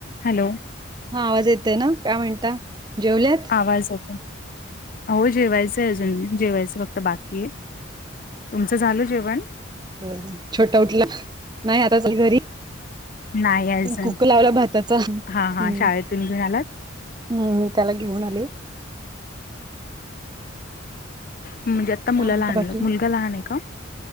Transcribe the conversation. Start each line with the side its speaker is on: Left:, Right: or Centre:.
Left: Hello
Right: हा आवाज येतय ना काय म्हणता जेवल्यात
Left: आवाज होता हो जेवायच अजून जेवायचं फक्त बाकी आहे तुमचं झालं जेवण
Right: ब छोटा उठला नाही आता चाल घरी
Left: नाही अजून.
Right: कुक लावला भाताचा हम्
Left: हा हा शाळेतून घेऊन आलात?
Right: हम्म मी त्याला घेऊन आले
Left: म्हणजे आता
Right: काय
Left: मुलाला
Right: म्हणता
Left: आणलं
Right: बाकी
Left: मुलगा लहान आहे का